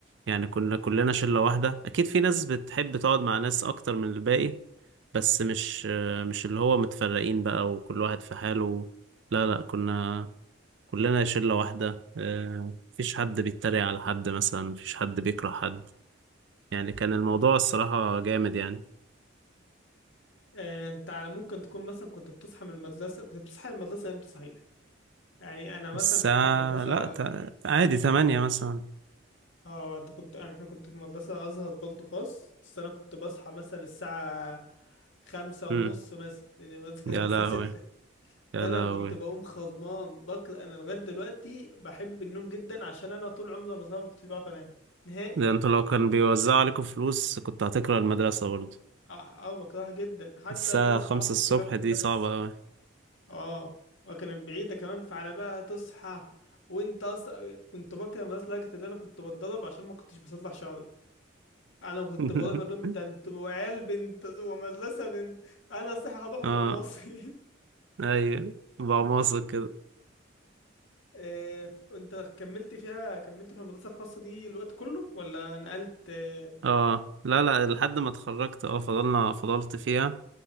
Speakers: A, on the right; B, on the left.
A: يعني كنا كلنا شلة واحدة اكيد في ناس بتحب تقعد مع ناس اكتر من الباقي بس مش آه، مش اللي هو متفرقين بقى وكل واحد في حاله لا لا كنا كلنا شلة واحدة آه، مفيش حد بيتريق على حد مثلا مفيش حد بيكره حد يعني كان الموضوع الصراحة جامد يعني
B: آه، انت على ممكن تكون مثلا كنت بتصحى من المدرسة كنت بتصحى من المدرسة امتى صحيح يعني انا مثلا
A: الساعة
B: كنت في مدرسة
A: لا تع- عادي تمانية مثلا
B: اه انت كنت انا احنا كنت في مدرسة ازهر برضه خاص بس انا كنت بصحى مثلا الساعة خمسة
A: امم
B: ونص مثلا لان المدرسة كانت
A: يا
B: الساعة
A: لهوي
B: ستة
A: يا
B: فانا
A: لهوي
B: كنت بقوم خضمان بكر انا لغاية دلوقتي بحب النوم جدا عشان انا طول عمري وانا صغير ما كنتش بعرف انام نهائي
A: ده انتوا لو كان بيوزعوا عليكم فلوس كنت هتكره المدرسة برضه
B: اه اه بكرهها جدا حتى
A: الساعة
B: ليا اصحابي
A: خمسة الصبح
B: وكلام من
A: دي
B: ده
A: صعبة
B: بس
A: أوي
B: اه وكانت بعيدة كمان فعلى بقى تصحى وانت اصلا كنت بكره الناس لدرجة ان انا كنت بتضرب عشان ما كنتش بصلح شعري انا كنت
A: <laughs>
B: بروح بقول لهم ده انتوا عيال بنت ومدرسة بنت انا صحيح هروح
A: اه
B: بعماصي
A: ايوه بعماصة كده
B: إيه، <laughs> وانت كملت فيها كملت في المدرسة الخاصة دي الوقت كله ولا نقلت آه،
A: اه لا لا لحد ما اتخرجت اه فضلنا فضلت فيها